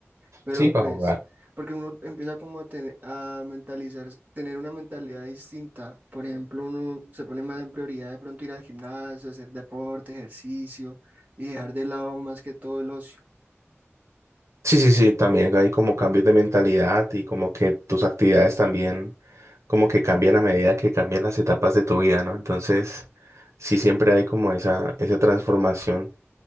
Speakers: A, on the right; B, on the right.
A: Pero
B: Sí, para
A: pues,
B: jugar.
A: porque uno empieza como a, tener, a mentalizar, tener una mentalidad distinta. Por ejemplo, uno se pone más en prioridad de pronto ir al gimnasio, hacer deporte, ejercicio y dejar de lado más que todo el ocio.
B: Sí, sí, sí, también hay como cambios de mentalidad y como que tus actividades también como que cambian a medida que cambian las etapas de tu vida, ¿no? Entonces, sí siempre hay como esa, esa transformación.